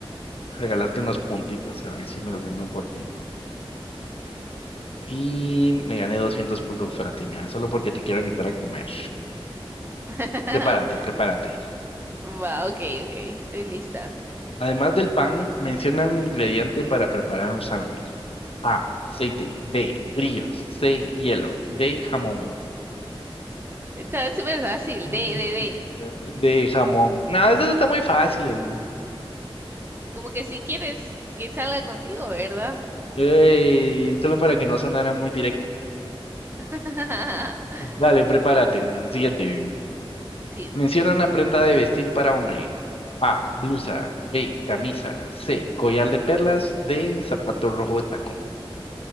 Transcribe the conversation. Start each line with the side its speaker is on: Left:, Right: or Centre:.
Left: regalarte unos puntitos, a ver si me los gano por ti. Y me gané 200 puntos, Fátima, solo porque te quiero invitar a comer.
Right: <laughs>
Left: Prepárate, prepárate.
Right: Va, ok, ok. Estoy lista.
Left: Además del pan, mencionan el ingrediente para preparar un sándwich. A, aceite. B, brillos. C, hielo. D, jamón.
Right: Está súper fácil.
Left: <laughs>
Right: D, D,
Left: De jamón. No, esas están muy fáciles. güey.
Right: D. Como que si quieres que salga contigo, ¿verdad?
Left: Ey, solo para que no sonara muy directo.
Right: <laughs>
Left: Dale, prepárate. Siguiente.
Right: Siguiente.
Left: Menciona una prenda de vestir para hombre. A, blusa. B, camisa. C, collar de perlas. D, zapato rojo de tacón.